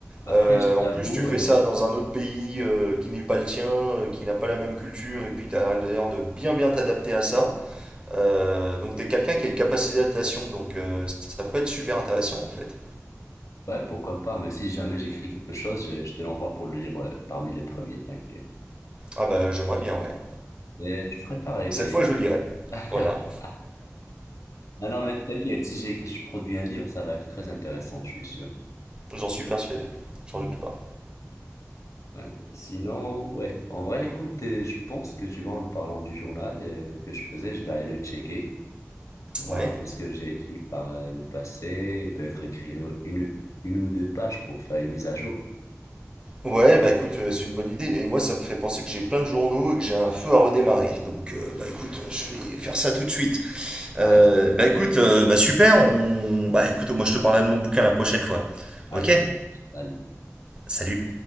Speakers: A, on the left; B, on the right.
A: Après,
B: Euh,
A: je t'avoue,
B: en plus, tu fais
A: euh,
B: ça dans un autre pays euh, qui n'est pas le tien, euh, qui n'a pas la même culture, et puis t'as l'air de bien bien t'adapter à ça. Euh, donc t'es quelqu'un qui a une capacité d'adaptation, donc euh, ça peut être super intéressant en fait.
A: ouais, pourquoi pas, mais si jamais j'écris quelque chose, je, je te l'envoie pour le lire euh, parmi les premiers, t'inquiète.
B: Ah bah j'aimerais bien, ouais.
A: Et tu ferais pareil
B: Cette
A: d'ailleurs.
B: fois je lirai,
A: <laughs>
B: voilà,
A: Non, non, mais t'inquiète, si j'ai- je produis un livre, ça va être très intéressant, je suis sûr.
B: j'en suis persuadé, j'en
A: Mhm.
B: doute pas.
A: Ouais. Sinon, ouais, en vrai, écoute, euh, je pense que tu vois, en parlant du journal euh, que je faisais, je vais aller le checker. voir
B: Ouais.
A: un peu ce que j'ai écrit par euh, le passé, et peut-être écrire une, une ou deux pages pour faire une mise à jour.
B: Ouais, bah écoute, euh, c'est une bonne idée. Et moi, ça me fait penser que j'ai plein de journaux et que j'ai un feu à redémarrer. Donc, euh, bah écoute, je vais faire ça tout de suite.
A: Allez,
B: Euh, bah écoute, euh, bah super. On... Bah écoute, moi je te parlerai de mon bouquin la prochaine fois.
A: allez,
B: Ok?
A: ça marche. Allez.
B: Salut.